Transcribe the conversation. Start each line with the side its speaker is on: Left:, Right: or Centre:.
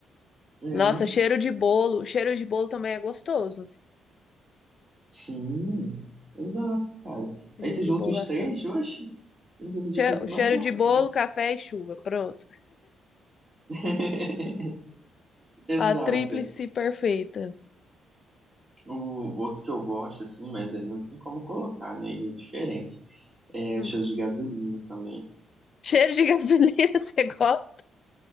Right: É,
Left: Nossa, cheiro de bolo. Cheiro de bolo também é gostoso.
Right: sim, exato, cara.
Left: Cheiro
Right: Aí você
Left: de
Right: junta
Left: bolo
Right: os
Left: assado.
Right: três, oxe, eu não precisa
Left: Che-
Right: fazer
Left: Cheiro
Right: mais nada,
Left: de bolo,
Right: não.
Left: café e chuva. Pronto.
Right: <laughs> Exato.
Left: A tríplice perfeita.
Right: O outro que eu gosto, assim, mas aí não tem como colocar, né? Ele é diferente. É
Left: Hum.
Right: cheiro de gasolina também.
Left: Cheiro de gasolina, <laughs> você gosta?